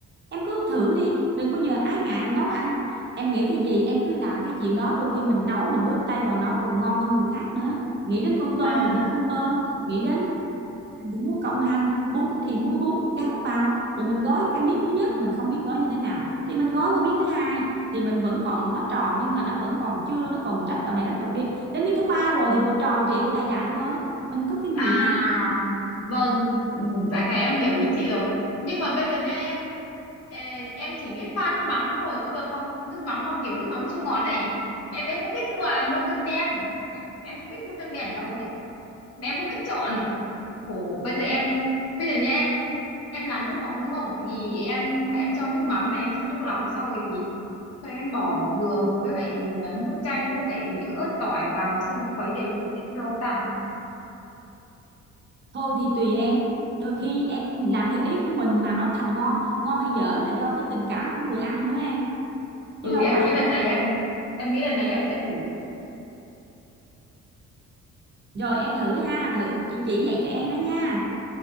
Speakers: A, on the right; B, on the left.
A: em cứ thử đi đừng bao giờ ái ngại nấu ăn em nghĩ cái gì em cứ làm cái chuyện đó đôi khi mình nấu mình bước tay vào nấu còn ngon hơn người khác nữa nghĩ đến con tôm
B: à
A: thì mua con tôm nghĩ đến thì mua cộng hành bún thì mua bún gắn vào rồi mình gói cái miếng thứ nhất mình không biết gói như thế nào thì mình gói qua miếng thứ hai thì mình vẫn còn nó tròn nhưng mà nó vẫn còn chưa nó còn rách đầu này rách đầu kia đến miếng thứ ba rồi thì vừa tròn trịa vừa đầy đặn thôi mình có kinh nghiệm
B: à
A: em
B: vâng ừ, dạ khải em hiểu ý chị rồi nhưng mà bây giờ nha em ờ, em chỉ biết pha nước mắm thôi có được không nước mắm mà kiểu nước mắm chua ngọt này em em không biết mua mua tương đen em em không biết mua tương đen ở đâu ấy mà em không biết chọn Ủa, bây giờ em bây giờ nha em em làm nước mắm đúng không thì em em cho nước mắm này em cho nước lọc sau rồi sau rồi em bỏ đường với lại à, nước chanh với lại ớt tỏi vào sau em khuấy đều đều cũng được không ta
A: thôi thì tùy em đôi khi em làm theo ý của mình mà nó thành ngon ngon hay dở là do cái tình cảm của người ăn nữa em
B: ừ
A: chứ đâu
B: em
A: phải
B: nghĩ lần
A: đôi khi
B: này em em nghĩ lần này em sẽ thử
A: rồi em thử ha thử chị chỉ dạy cho em đó nha